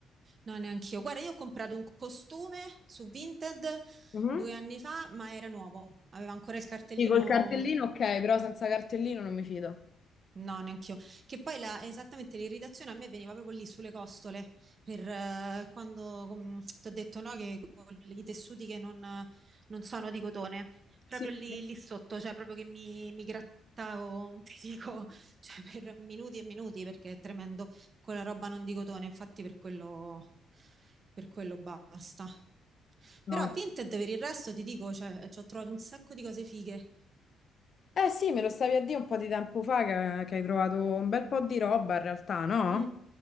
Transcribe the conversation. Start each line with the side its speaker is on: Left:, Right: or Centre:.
Right: no, neanch'io. Guarda, io ho comprato un costume su Vinted
Left: Mhm.
Right: due anni fa, ma era nuovo, aveva ancora il cartellino
Left: Sì, col cartellino ok, però senza cartellino non mi fido.
Right: No, neanch'io. Che poi la- esattamente l'irritazione a me veniva proprio lì sulle costole, per eh, quando ti ho detto no, che con i tessuti che non, non sono di cotone, proprio
Left: Sì,
Right: lì,
Left: sì.
Right: lì sotto, cioè proprio che mi, mi grattavo, non ti dico, <laughs> cioè per minuti e minuti, perché è tremendo, quella roba non di cotone, infatti per quello, per quello basta.
Left: No.
Right: Però a Vinted per il resto ti dico, cioè, ci ho trovato un sacco di cose fighe.
Left: Eh sì, me lo stavi a dire un po' di tempo fa che, che hai trovato un bel po' di roba in realtà, no?
Right: Mm.